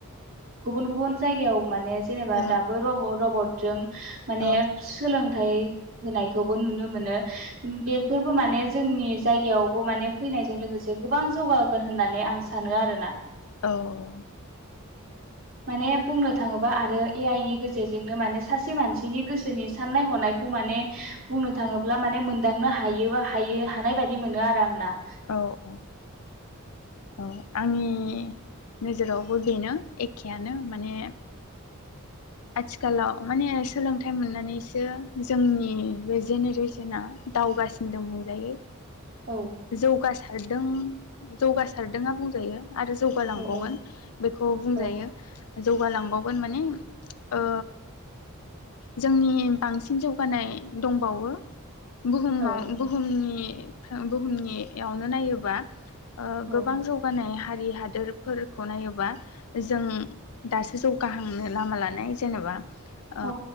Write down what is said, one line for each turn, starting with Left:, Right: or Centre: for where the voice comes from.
Right: गुबुन गुबुन जायगायाव माने। जेननोबा
Left: औ
Right: दाबो रब रबद जों माने
Left: औ
Right: सोलोंथाइ होनायखौबो नुनो मोनो बेफोरबो माने जोंनि जायगायावबो माने फैनायजों लोगोसे गोबां जौगागोन होननानै आं सानो आरोना
Left: औ औ
Right: माने बुंनो थाङोबा आरो ए आइ नि गेजेरजोंनो माने सासे मानसिनि गोसो जोंनि साननाय हनाय खौ माने बुंनो थाङो ब्ला माने मोनदांनो हायो बा हायो हानाय बायदि मोनो आरो आं ना
Left: औ औ औ आंनि नोजोराव बो बेनो एखेयानो माने आथिखालाव माने सोलोंथाइ मोननानैसो जोंनि बे जेनेरेसना दावगासिन दं बुंजायो
Right: औ
Left: जौगारदों जौगासारदोंयानो बुंजायो आरो जौगालांबावगोन
Right: औ औ
Left: बेखौ बुंजायो
Right: औ
Left: जौगालांबावगोन माने ओ जोंनि बांसिन जौगानाय दंबावो बुहुमाव
Right: औ
Left: बुहुमनि <unintelligible> बुहुमनियावनो नायोबा ओ
Right: औ
Left: गोबां जौगानाया हारि हादोरफोरखौ नायोबा जों दासो जौगाहांनो लामा लानाय जेनेबा ओ
Right: औ